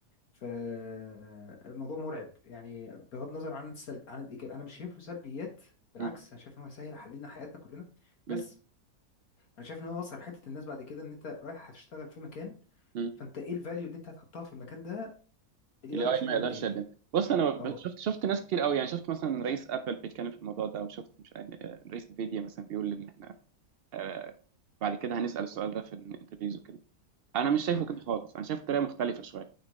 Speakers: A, on the left; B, on the right.
A: فالموضوع مرعب يعني بغض النظر عن السلب عن الايجاب انا مش شايف له سلبيات بالعكس
B: م-
A: انا شايف ان هو هيسهل علينا حياتنا كلنا
B: م-
A: بس انا شايف ان هو اثر حته الناس بعد كده ان انت رايح هتشتغل في مكان
B: م-
A: فانت ايه الفاليو اللي انت هتحطها في المكان ده الاي
B: الاي
A: اي مش هيقدر
B: ما يقدرش
A: يديها
B: يقدم
A: لي
B: بص انا ب-
A: اه
B: شفت شفت ناس كتير قوي يعني شفت مثلا رئيس ابل بيتكلم في الموضوع ده وشفت مش عارف- آه، رئيس نفيديا مثلا بيقول ان احنا آه، بعد كده هنسال السؤال ده في الانترفيوز وكده انا مش شايفه
A: اه
B: كده خالص انا شايفه بطريقه مختلفه شويه